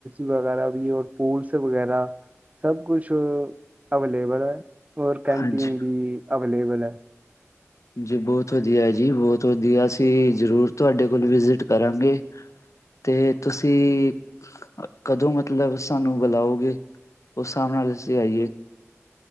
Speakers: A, on the right; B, on the left.
A: ਵਗੈਰਾ ਵੀ ਰ, ਪੂਲਸ ਵਗੈਰਾ, ਸਭ ਕੁਛ ਅਵੇਲੇਬਲ ਹੈ। ਹੋਰ ਕੈਂਟੀਨ
B: ਹਾਂਜੀ
A: ਵੀ ਅਵੇਲੇਬਲ ਹੈ।
B: ਜੀ ਬਹੁਤ ਵਧੀਆ ਜੀ ਬਹੁਤ ਵਧੀਆ, ਅਸੀਂ ਜ਼ਰੂਰ ਤੁਹਾਡੇ ਕੋਲ ਵਿਜਿਟ ਕਰਾਂਗੇ। ਤੇ ਤੁਸੀਂ ਕਦੋਂ ਮਤਲਬ ਸਾਨੂੰ ਬੁਲਾਓਗੇ, ਉਸ ਹਿਸਾਬ ਨਾਲ ਅਸੀਂ ਆਈਏ?